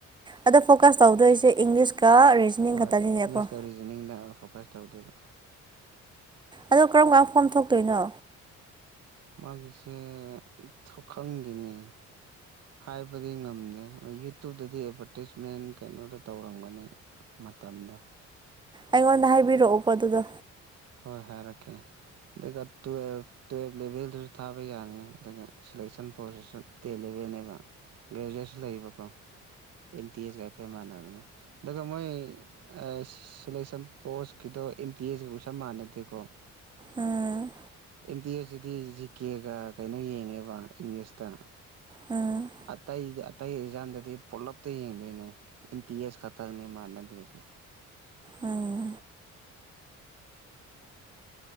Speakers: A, on the right; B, on the right.
A: ꯑꯗꯣ ꯐꯣꯀꯁ ꯇꯧꯗꯨꯏꯁꯦ ꯏꯪꯂꯤꯁꯀ ꯔꯤꯖꯅꯤꯡ
B: ꯍꯣꯏ
A: ꯈꯛꯇꯅꯤꯅꯦꯀꯣ
B: ꯏꯪꯂꯤꯁꯀ ꯔꯤꯖꯅꯤꯡꯗ ꯐꯣꯀꯁ ꯇꯧꯗꯣꯏꯕ
A: ꯑꯗꯣ ꯀꯔꯝ ꯀꯥꯟ ꯐꯣꯝ ꯊꯣꯛꯇꯣꯏꯅꯣ
B: ꯃꯥꯒꯤꯁꯦ ꯊꯣꯛ ꯈꯪꯗꯦꯅꯦ ꯍꯥꯏꯕꯗꯤ ꯉꯝꯗꯦ ꯍꯣꯏ ꯌꯨꯇꯨꯕꯇꯗꯤ ꯑꯦꯗꯚꯔꯇꯤꯁꯃꯦꯟ ꯀꯩꯅꯣꯗ ꯇꯧꯔꯝꯒꯅꯤ ꯃꯇꯝꯗꯣ
A: ꯑꯩꯉꯣꯟꯗ ꯍꯥꯏꯕꯤꯔꯛꯑꯣꯀꯣ ꯑꯗꯨꯒ
B: ꯍꯣꯏ ꯍꯥꯏꯔꯛꯀꯦ ꯑꯗꯨꯒ ꯇꯨꯌꯦꯜꯞ ꯇꯨꯌꯦꯜꯞ ꯂꯦꯚꯦꯜꯗ ꯊꯥꯕ ꯌꯥꯅꯤ ꯑꯗꯨꯒ ꯁꯦꯂꯦꯛꯁꯟ ꯄ꯭ꯔꯣꯁꯦꯁꯇ ꯇꯦꯟ ꯂꯦꯕꯦꯜꯅꯦꯕ ꯒ꯭ꯔꯦꯖꯨꯋ꯭ꯦꯠꯁꯨ ꯂꯩꯌꯦꯕꯀꯣ ꯑꯦꯟ ꯇꯤ ꯑꯦꯁꯒ ꯍꯥꯏꯐꯦꯠ ꯃꯥꯟꯅꯕꯅꯦ ꯑꯗꯨꯒ ꯃꯣꯏ ꯑꯥ ꯁꯦꯂꯦꯛꯁꯟ ꯄꯣꯁꯀꯤꯗꯣ ꯑꯦꯝ ꯇꯤ ꯑꯦꯁꯀ ꯀ꯭ꯋꯦꯁꯟ ꯃꯥꯟꯅꯗꯦꯀꯣ
A: ꯑꯝ
B: ꯑꯦꯝ ꯇꯤ ꯑꯦꯁꯇꯗꯤ ꯖꯤ ꯀꯦꯒ ꯀꯩꯅꯣ ꯌꯦꯡꯉꯦꯕ ꯏꯪꯂꯤꯁꯇ
A: ꯑꯝ
B: ꯑꯇꯩ ꯑꯇꯩ ꯑꯦꯛꯖꯥꯝꯗꯗꯤ ꯄꯨꯂꯞꯇ ꯌꯦꯡꯗꯨꯏꯅꯦ ꯑꯦꯝ ꯇꯤ ꯑꯦꯁ ꯈꯛꯇꯪꯅꯦ ꯃꯥꯟꯅꯗ꯭ꯔꯤꯁꯦ
A: ꯎꯝ